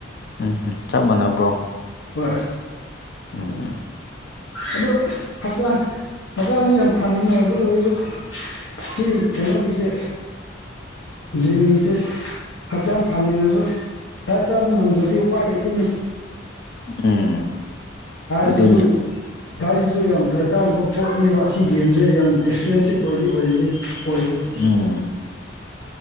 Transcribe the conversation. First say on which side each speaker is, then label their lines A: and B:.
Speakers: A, on the left (about 55°); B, on the left (about 80°).
A: ꯎꯝ ꯆꯞ ꯃꯥꯟꯅꯕ꯭ꯔꯣ
B: ꯍꯣꯏ
A: ꯎꯝ
B: ꯑꯗꯣ ꯍꯛꯆꯥꯡ ꯍꯛꯆꯥꯡꯁꯤ ꯌꯥꯝ ꯐꯅꯤꯡꯉꯦ ꯑꯗꯨ ꯑꯣꯏꯔꯁꯨ ꯁꯤ ꯀꯩꯅꯣꯒꯤꯁꯦ ꯦꯝꯒꯤꯁꯦ ꯍꯛꯆꯥꯡ ꯐꯅꯤꯡꯉꯁꯨ ꯗꯥꯏꯠ ꯆꯥꯕ ꯉꯝꯗ꯭ꯔꯗꯤ ꯎꯄꯥꯏ ꯂꯩꯇꯅꯤ
A: ꯎꯝ ꯑꯗꯨꯅꯦ
B: ꯁꯤꯁꯨ ꯗꯥꯏꯁꯤꯁꯨ ꯌꯥꯝ ꯗꯔꯀꯥꯔ ꯂꯩꯕ ꯄꯣꯠꯅꯦꯕ ꯑꯁꯤ ꯒꯦꯝꯁꯦ ꯌꯥꯝ ꯑꯦꯛꯁꯄꯦꯟꯁꯤꯞ ꯑꯣꯏꯗꯤ ꯑꯣꯏꯔꯤ ꯑꯣꯏꯌꯦꯕ
A: ꯎꯝ